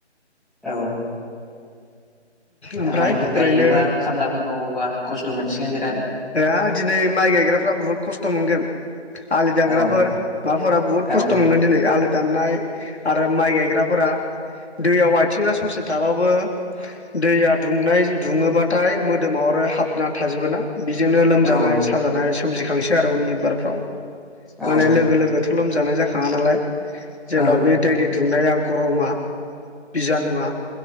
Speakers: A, in the centre; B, on the left.
A: औ
B: ओमफ्राय
A: माइफोर
B: ओरैनो
A: गायोबा खामलाफोर मावोबा खस्थ' मोनसिगोन बे
B: हा दिनै माइ गायग्राफ्रा बुहुद खस्थ' मोनगोन। आलि दांग्राफोर
A: औ
B: माबाफोरा बुहुत
A: औ
B: खस्थ' मोनगोन दिनै आलि दाननाय आरो माइ गायग्राफोरा दैयाव आथिङा ससे थाबाबो दैया दुंनाय दुङोबाथाय मोदोमाव आरो हाबना थाजोबोना बिजोंनो लोमजानाय
A: औ
B: साजानाय सोमजिखांसै आरो उननि बिबारफ्राव
A: औ
B: माने लोगो लोगो थु लोमजानाय जाखाङा नालाय जेब्ला
A: औ
B: बे दैनि दुंनाया गरमा बिजानुआ